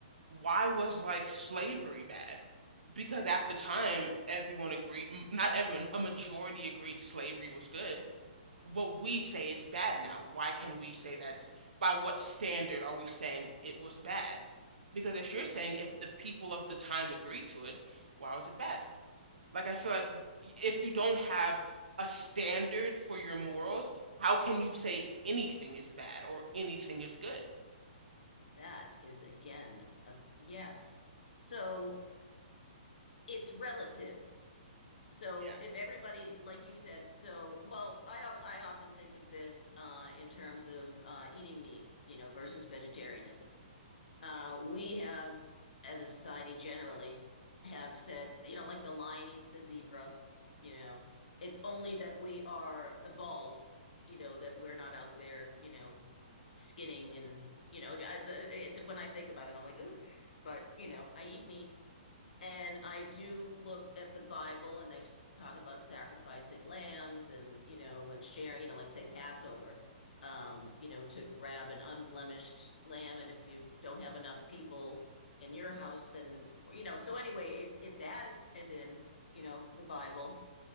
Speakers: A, on the right; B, on the left.
A: why was like slavery bad? Because at the time, everyone agreed, m- not everyone, a majority agreed slavery was good what we say it's bad now. Why can we say that's by what standard are we saying it was bad? Because if you're saying if the people of the time agreed to it, why was it bad? Like I feel like y- if you don't have a standard for your morals, how can you say anything is bad or anything is good?
B: That is again a yes. So it's relative. So
A: Yeah,
B: if everybody, like you said, so well, I I often think of this uh, in terms of uh, eating meat, you know, versus vegetarianism. uh, we have, as a society generally, have said, you know, like the lion eats the zebra, you know, it's only that we are evolved, you know, that we're not out there, you know, skinning and, you know, I, the, it, when I think about it, I'm like, ooh, but, you know, I eat meat. And I do look at the Bible and they talk about sacrificing lambs and, you know, and sharing, you know, like say Passover, um, you know, to grab an unblemished lamb. And if you don't have enough people in your house, then, you know, so anyway, it's it that is in, you know, the Bible.